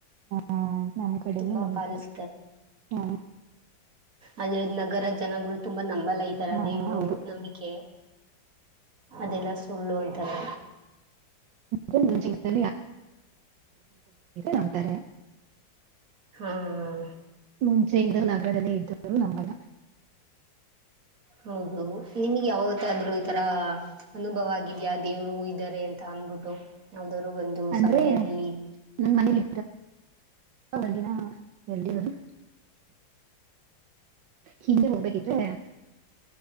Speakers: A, on the right; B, on the right.
A: ಆ, ನಮ್ ಕಡೆನು
B: ತುಂಬಾ
A: ನಂಬ್ತಾರೆ
B: ಪಾಲಿಸ
A: ಆ,
B: ಅಂದ್ರೆ ನಗರ ಜನಗಳು ತುಂಬಾ ನಂಬಲ್ಲಾ. ಇ ಒಂತರ
A: ಆ,
B: ದೇವರು
A: ಹೌದು
B: ನಂಬಿಕೆ ಅದೆಲ್ಲಾ ಸುಳ್ಳು ಅಂತಾರೆ.
A: ಯಬ ನಾವ್ತಾರೆ <unintelligible>
B: ಹಾ <inaudible>
A: ಮುಂಚೆ ಇದ್ರ ನಗಾಡಲ್ಲೇ ಇದ್ದ್ರು ನಂಬಲ್ಲಾ
B: ಹೌದು, ನಿಮ್ಗೆ ಯಾವತ್ತಾದ್ರು ಈ ತರ ಅನುಭವ ಆಗಿದ್ಯಾ ದೇವ್ರು ಇದ್ದಾರೆ ಅಂತ ಅಂದಬಿಟ್ಟು ಯಾವ್ದರಾ ಒಂದು
A: ಅಂದ್ರೆ
B: ಸಮಯದಲ್ಲಿ.
A: ನನ್ ಮನೇಲಿ ಒ <unintelligible> ನ ಎಲ್ದಿರರು ಹಿಂದೆ ಹೋಗ್ಬೇಕಿದ್ರೆ-